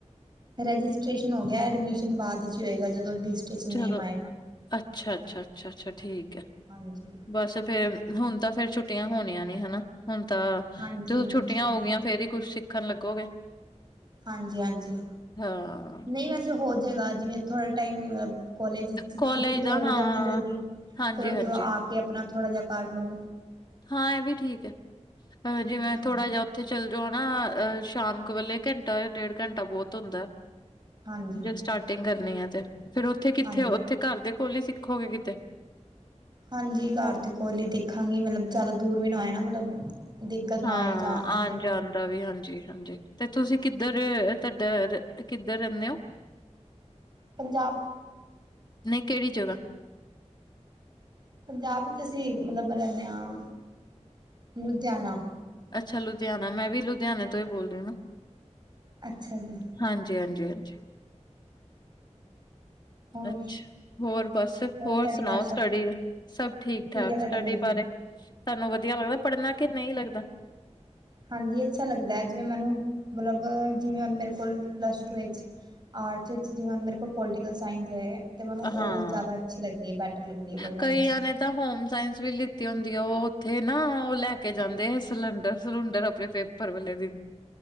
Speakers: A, on the right (about 35°); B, on the left (about 35°).
A: ਰਜਿਸਟ੍ਰੇਸ਼ਨ ਹੋ ਗਿਆ ਐਡਮਿਸ਼ਨ ਬਾਅਦ ਵਿੱਚ ਹੀ ਹੋਏਗਾ ਜਦੋਂ ਲਿਸਟ, ਚ ਨੇਮ
B: ਜਦੋਂ
A: ਆਏਗਾ
B: ਅੱਛਾ, ਅੱਛਾ, ਅੱਛਾ ਅੱਛਾ ਠੀਕ ਹੈ
A: ਹਾਂਜੀ
B: ਬਸ ਫੇਰ, ਹੁਣ ਤਾਂ ਫੇਰ ਛੁੱਟੀਆਂ ਹੋਣੀਆਂ ਨੇ ਹਨਾ ਹੁਣ ਤਾਂ
A: ਹਾਂਜੀ
B: ਜਦੋਂ ਛੁੱਟੀਆਂ
A: ਠੀਕ
B: ਹੋ ਗਈਆਂ। ਫ਼ੇਰ ਈ ਕੁਛ ਸਿੱਖਨ ਲੱਗੋਗੇ।
A: ਹਾਂਜੀ-ਹਾਂਜੀ,
B: ਹਾਂ
A: ਨਈ ਵੈਸੇ ਹੋਜੇਗਾ ਜਿਵੇਂ ਥੋੜੇ ਟਾਈਮ ਵੀ ਮਤਲਬ ਕੋਲੇਜ
B: ਕੋਲਜ
A: ਛੁੱਟੀ ਤੇ
B: ਦਾ
A: ਹੋ ਈ
B: ਹਾਂ
A: ਜਾਂਦੀ ਜਲਦੀ,
B: ਹਾਂਜੀ
A: ਫੇਰ ਓਦਰੋਂ
B: ਹਾਂਜੀ
A: ਆ ਕੇ ਆਪਨਾ ਥੋੜਾ ਜਾ ਕਰ ਲੋ।
B: ਹਾਂ ਐ ਵੀ ਠੀਕ ਐ, ਅ ਜਿਵੇਂ ਥੋੜਾ
A: ਹਾਂਜੀ
B: ਜਾ ਓਥੇ ਚੱਲਜੋ ਹਨਾ ਅ ਸ਼ਾਮ ਕ ਵੇਲੇ ਘੰਟਾ ਜਾਂ ਡੇਢ ਘੰਟਾ ਬੋਤ ਹੁੰਦੈ।
A: ਹਾਂਜੀ
B: ਜੇ ਸਟਾਟਿੰਗ ਕਰਨੀ ਐ ਤੇ ਫੇਰ ਓਥੇ ਕਿੱਥੇ
A: ਹਾਂਜੀ,
B: ਓਥੇ ਘਰ ਦੇ ਕੋਲ ਈ ਸਿੱਖੋਗੇ ਕਿਤੇ।
A: ਹਾਂਜੀ ਘਰ ਦੇ ਕੋਲ ਈ ਦੇਖਾਂਗੀ ਮਤਲਬ ਜਾਦਾ ਦੂਰ ਵੀ ਨਾ ਹੋਏ ਨਾ ਮਤਲਬ। ਦਿੱਕਤ ਨਾ
B: ਹਾਂ
A: ਆਏ ਜਾਣ ਵਾਸਤੇ
B: ਆਨ
A: ਵੀ
B: ਜਾਨ ਦਾ ਵੀ ਹਾਂਜੀ-ਹਾਂਜੀ ਤੇ ਤੁਸੀਂ ਕਿੱਦਰ ਤਾਡਾ ਕਿੱਦਰ ਰੈਂਦੇ ਓਂ। <inaudible>
A: ਪੰਜਾਬ
B: ਨਈਂ ਕੇੜੀ ਜਗਾ
A: ਪੰਜਾਬ ਵਿੱਚ ਅਸੀਂ ਮਤਲਬ ਰੈਂਨੇ ਆਂ, ਲੁਧਿਆਣਾ
B: ਅੱਛਾ ਲੁਧਿਆਣਾ ਮੈਂ ਵੀ ਲੁਧਿਆਣੇ ਤੋਂ ਈ ਬੋਲ ਰਈ ਆਂ ਨਾ।
A: ਅੱਛਾ ਜੀ।
B: ਹਾਂਜੀ-ਹਾਂਜੀ-ਹਾਂਜੀ।
A: ਹੋਰ
B: ਅੱਛਾ, ਹੋਰ ਬਸ ਹੋਰ
A: ਤੁਹਾਡੇ
B: ਸਨਾਓ
A: ਘਰ
B: ਸਟੱਡੀ,
A: ਸਭ ਠੀਕ
B: ਸਬ ਠੀਕ ਠਾਕ
A: ਹੈ ਤੁਹਾਡਾ
B: ਸਟੱਡੀ
A: ਬੇਬੀ
B: ਬਾਰੇ ਤਾਨੂੰ ਵਦੀਆ ਲੱਗਦਾ ਪੜਨਾ ਕੇ ਨਈਂ ਲੱਗਦਾ।
A: ਹਾਂਜੀ ਅੱਛਾ ਲੱਗਦੈ ਜਿਵੇਂ ਮੈਨੂੰ ਮਤਲਬ ਜਿਵੇਂ ਮੇਰੇ ਕੋਲ ਪਲੱਸ ਟੂ ਵਿੱਚ ਆਰਟਸ ਦੇ ਵਿੱਚ ਜਿਵੇਂ ਮੇਰੇ ਕੋਲ ਪੋਲੀਟੀਕਲ ਸਾਇੰਸ ਐ। ਤੇ ਮੈਨੂੰ
B: ਹਾਂ
A: ਓ ਜਾਦਾ ਅੱਛੀ ਲੱਗਦੀ ਏ ਬੈਟਰ ਲੱਗਦੀ ਏ ਪੜਨੇ
B: ਕਈਆਂ
A: ਵਿੱਚ।
B: ਨੇ ਤਾਂ ਹੋਮ ਸਾਇੰਸ ਵੀ ਲਿੱਤੀ ਹੁੰਦੀ ਐ ਓ ਓਥੇ ਨਾ ਓ ਲੈ ਕੇ ਜਾਂਦੇ ਐ ਸਿਲੰਡਰ ਸੁਲੰਡਰ ਆਪਨੇ ਪੇਪ ਪਰ ਵੇਲੇ ਵੀ।